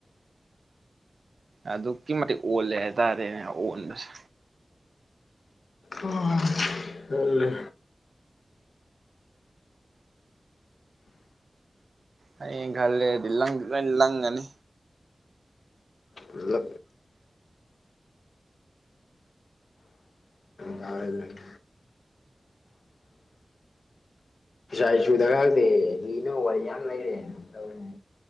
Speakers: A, on the right (about 75°); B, on the left (about 90°).
A: ꯑꯗꯨꯛꯀꯤ ꯃꯇꯤꯛ ꯑꯣꯜꯂꯦ ꯍꯥꯏꯇꯥꯔꯦꯅꯦ ꯑꯥꯑꯣꯟꯕꯁꯦ
B: ꯑꯣ ꯇꯜꯂꯦ
A: ꯍꯌꯦꯡ ꯈꯔ ꯂꯩꯔꯗꯤ ꯂꯪ ꯂꯣꯏ ꯂꯪꯉꯅꯤ
B: ꯂꯨꯀ ꯗꯥꯏꯂꯨꯛ ꯑꯩꯁꯨ ꯗꯥꯀꯗꯦ ꯂꯤꯅꯕꯥ ꯋ꯭ꯔꯤ ꯌꯥꯝ ꯂꯩꯔꯦꯅꯦ ꯇꯧꯔꯤꯁꯤ꯫